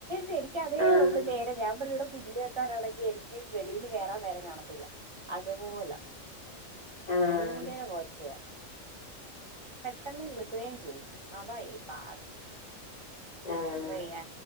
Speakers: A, on the right (about 30°); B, on the left (about 55°).
A: ശരിക്കും അതേ
B: ആഹ്
A: ഉള്ളു നേരെ ഞാൻ പ <unintelligible> പുള്ളിയത്താറാണെങ്കി എനിക്ക് വെളീന്ന് കേറാൻ നേരം കാണത്തില്ല അതുപോല
B: ആഹ് ആഹ്
A: ഭയങ്കര പോച്ചയ പെട്ടെന്ന് കിളിക്കുകയും ചെയ്യും. അതാ ഈ പാട്
B: ആഹ്
A: എന്തോ ചെയ്യാ